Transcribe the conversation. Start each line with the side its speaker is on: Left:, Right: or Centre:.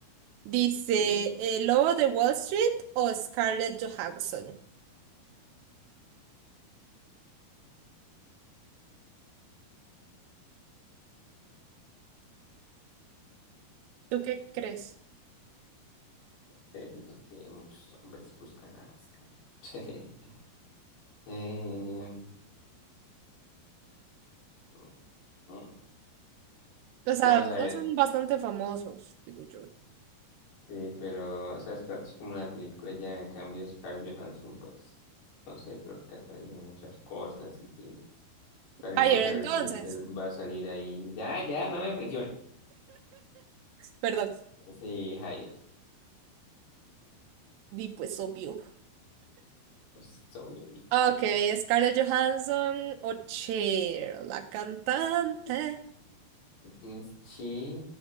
Right: Dice,
Left: Y
Right: ¿el Lobo de Wall Street o Scarlett Johansson? ¿Tú qué crees?
Left: que siento que muchos hombres buscan a Alaska. <laughs> Em, mm, mm,
Right: O sea,
Left: Vamos
Right: los
Left: a ver.
Right: dos son bastante famosos, digo yo.
Left: Sí, pero, o sea ¿sabes? Kratos como la película ya, en cambio, Scarlett Johansson, pues, no sé, creo que ha salido en muchas cosas y si salen
Right: Higher,
Left: cosas
Right: entonces.
Left: recientes va a salir ahí. Ya, ya, no me apresiones.
Right: Perdón.
Left: Sí, Jair,
Right: Di pues obvio.
Left: pues, soy yo, sí,
Right: Ok,
Left: tú qué sabes.
Right: Scarlett Johansson o Cher, la cantante.
Left: Entonces, Sí,